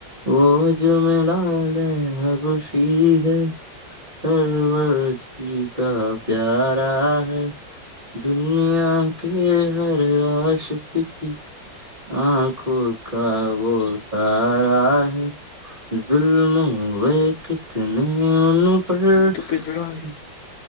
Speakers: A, on the right; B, on the left.
A: وہ جم لالے ہے خوشی ہے سر جی کا پیارا ہے دنیا کے ہر رش کی آنکھوں کا وہ اتارا ہے ظلم و <inaudible> کتنے پر
B: یہ تو پنجڑا ہے
A: <unintelligible>